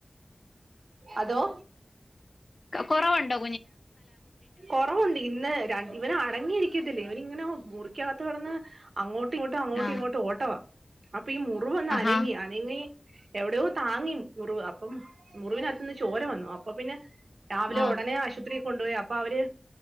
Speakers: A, on the right; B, on the left.
A: അതോ
B: കൊറവുണ്ടോ
A: കൊറവുണ്ട് ഇന്ന് ര ഇവന അടങ്ങിയിരിക്ക തില്ല ഇവനിങ്ങനെ മുറിക്കകത്ത് കടന്ന് അങ്ങോട്ട് ട്ട ഇങ്ങട്ട് അങ്ങോട്ട്
B: ആഹ്
A: ഇങ്ങോട്ട് ഓട്ടവാ അപ്പ ഈ മുറി വന്ന്
B: ആഹാ
A: അനങ്ങി അനങ്ങി എവിടെയോ താങ്ങി മുറിവ് അപ്പം മുറിവിനകത്തു നിന്ന് ചോര വന്നു അപ്പൊ പിന്നെ രാവിലെ
B: ആഹ്
A: ഉടനെ ആശ ആശുപത്രി കൊണ്ടുപോയി അപ്പൊ അവര്